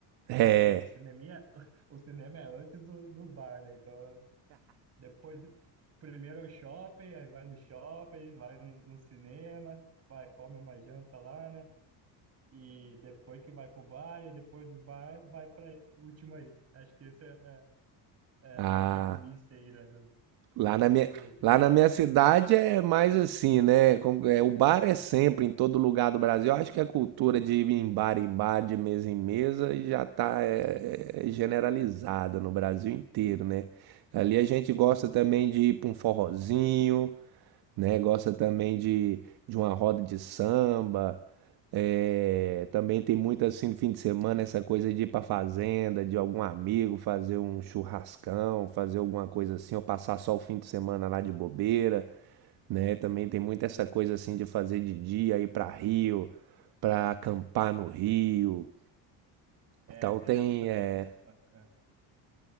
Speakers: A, on the right (about 60°); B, on the right (about 35°).
A: É.
B: Depois, o cineminha, <laughs> o cinema é antes do, dos bar, né? Então, depois, do- primeiro é o shopping, aí vai no shopping, vai no, no cinema, vai, come uma janta lá, né? E depois que vai pro bar, e depois dos bar, vai pra esse último aí. Acho que esse é, é, é,
A: Ah.
B: é o checklist aí, né?
A: Lá
B: da cultura
A: na minha,
B: aqui.
A: lá na minha cidade é mais assim, né? Como- é, o bar é sempre em todo lugar do Brasil. Eu acho que a cultura de ir em bar em bar, de mesa em mesa, já tá é, é, é generalizada no Brasil inteiro, né? Ali a gente gosta
B: Sim,
A: também de ir pra um forrozinho. né? Gosta também de, de uma roda de samba. eh, também tem muito assim no fim de semana essa coisa de ir pra fazenda, de algum amigo fazer um churrascão, fazer alguma coisa assim, ou passar só o fim de semana lá de bobeira, né? Também tem muito essa
B: sim,
A: coisa assim de fazer de dia, ir pra Rio, pra acampar no Rio.
B: É,
A: Então
B: tem
A: tem,
B: essa também,
A: eh,
B: pô. A- a-